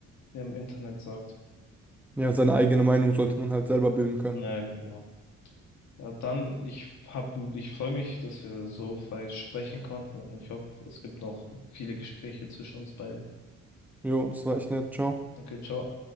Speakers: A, on the left; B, in the centre.
A: im Internet sagt.
B: Ja, seine eigene Meinung sollte man halt selber bilden können.
A: Ja, genau. Ja, dann, ich hab, ich freue mich, dass wir so frei sprechen konnten und ich hoffe, es gibt noch viele Gespräche zwischen uns beiden.
B: Jo, das war echt nett. Ciao.
A: Danke, ciao.